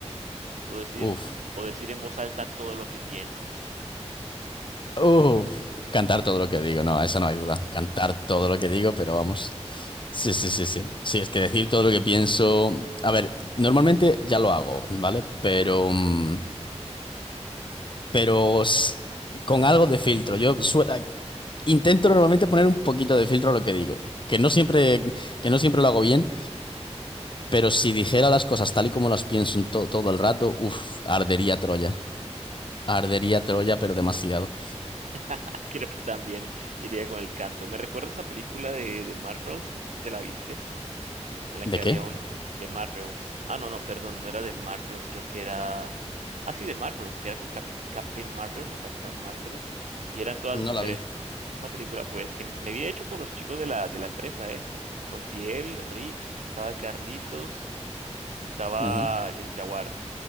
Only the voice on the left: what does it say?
uf.
Uh, cantar todo lo que digo, no, eso no hay duda. Cantar todo lo que digo, pero vamos. Sí, sí, sí, sí. Sí, es que decir todo lo que pienso. A ver, normalmente ya lo hago, ¿vale? Pero, mm, pero s- con algo de filtro. Yo suelo, intento normalmente poner un poquito de filtro a lo que digo. Que no siempre, que no siempre lo hago bien, pero si dijera las cosas tal y como las pienso en to- todo el rato, uff, ardería Troya. Ardería Troya, pero demasiado.
¿De
qué?
No la vi.
Ujú,